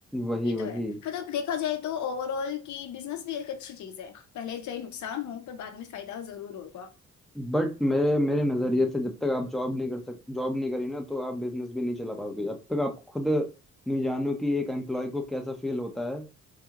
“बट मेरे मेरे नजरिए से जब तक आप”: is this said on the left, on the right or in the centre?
Centre